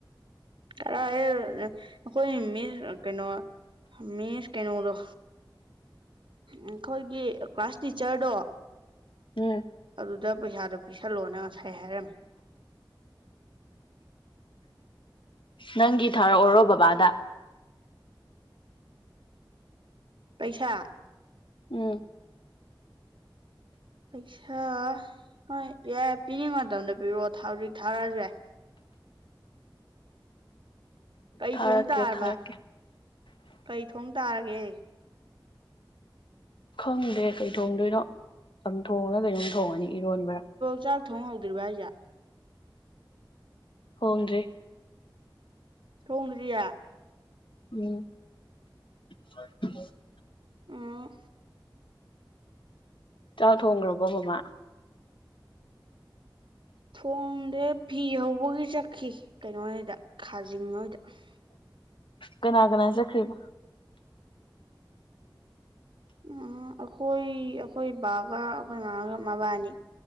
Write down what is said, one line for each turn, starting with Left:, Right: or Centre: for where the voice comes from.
Right: ꯀꯔꯥꯏꯗꯩꯅꫭ ꯑꯩꯈꯣꯏ ꯃꯤꯁ ꯀꯩꯅꯣ ꯃꯤꯁ ꯀꯩꯅꯣꯗꯣ ꯑꯩꯈꯣꯏꯒꯤ ꯀ꯭ꯂꯥꯁ ꯇꯤꯆꯔꯗꯣ
Left: ꯎꯝ
Right: ꯑꯗꯨꯗ ꯄꯩꯁꯥꯗꫭ ꯄꯤꯁꯜꯂꯣꯅ ꯉꯁꯥꯏ ꯍꯥꯏꯔꯝꯃꯦ
Left: ꯅꯪꯒꯤ ꯊꯥꯔꯛꯑꯣꯔꯣ ꯕꯕꯥꯗ
Right: ꯄꯩꯁꯥ
Left: ꯎꯝ
Right: ꯄꯩꯁꯥ ꯍꯣꯏ ꯌꯥꯏ ꯄꯤꯅꯤꯡ ꯃꯇꯝꯗ ꯄꯤꯔꯛꯑꯣ ꯍꯧꯖꯤꯛ ꯊꯥꯔꯛꯑꯁꯨ ꯌꯥꯏ ꯀꯩ
Left: ꯊꯥꯔꯛꯀꯦ
Right: ꯊꯣꯡ ꯇꯥꯔꯕ
Left: ꯊꯥꯔꯛꯀꯦ
Right: ꯀꯩ ꯊꯣꯡ ꯇꯥꯔꯒꯦ
Left: ꯈꯪꯗꯦ ꯀꯩ ꯊꯣꯡꯗꯣꯏꯅꯣ ꯆꯝ ꯊꯣꯡꯂ ꯀꯩꯅꯣꯝ ꯊꯣꯡꯉꯅꯤ ꯏꯔꯣꯟꯕ꯭ꯔꯥ
Right: ꯆ <unintelligible> ꯊꯣꯡ ꯍꯧꯗꯔꯤꯕꫭ
Left: ꯊꫭꯡꯗ꯭ꯔꯤ
Right: ꯊꯣꯡꯗꯔꯤꯌꯦ
Left: ꯎꯝ ꯍ <unintelligible>
Right: ꯑꯥ
Left: ꯆꯥꯛ ꯊꯣꯡꯒꯔꯕꯣ ꯃꯝꯃꯥ
Right: ꯊꯣꯡꯗꯦ ꯐꯤ ꯍꯧꯕꯒꯤ ꯆꯠꯈꯤ ꯀꯩꯅꯣꯍꫭꯏꯗ ꯈꯥꯖꯤꯡ ꯍꯣꯏꯗ
Left: ꯀꯅꯥ ꯀꯅꯥ ꯆꯠꯈꯔꯤꯕ
Right: ꯎꯝ ꯑꯩꯈꯣꯏ ꯑꯩꯈꯣꯏ ꯕꯥꯒ ꯑꯩꯈꯣꯏ ꯃꯥꯒ ꯃꯕꯥꯏꯅꯤ